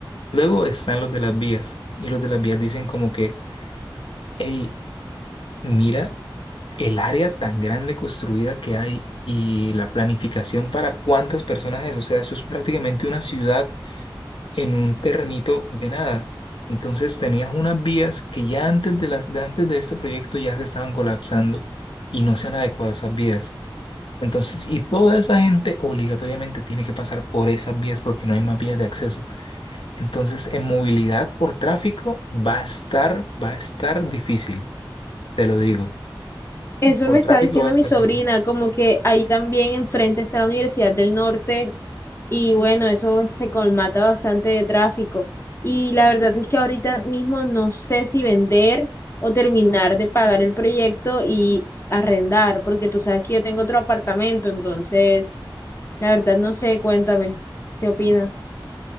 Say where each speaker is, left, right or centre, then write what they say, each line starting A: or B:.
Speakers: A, on the left; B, on the left.
A: luego están los de las vías y los de las vías dicen como que, hey, mira el área tan grande construida que hay y la planificación para cuántas personas es. O sea, eso es prácticamente una ciudad en un terrenito de nada. Entonces tenías unas vías que ya antes de las, de antes de este proyecto ya se estaban colapsando y no se han adecuado a esas vías. Entonces, y toda esa gente obligatoriamente tiene que pasar por esas vías porque no hay más vías de acceso. Entonces, en movilidad por tráfico va a estar, va a estar difícil, te lo digo.
B: Eso
A: Por
B: me
A: tráfico
B: está diciendo
A: va a estar
B: mi sobrina,
A: difícil.
B: como que ahí también enfrente está la Universidad del Norte y bueno, eso se colmata bastante de tráfico. Y la verdad es que ahorita mismo no sé si vender o terminar de pagar el proyecto y arrendar, porque tú sabes que yo tengo otro apartamento, entonces, la verdad no sé, cuéntame, ¿qué opinas?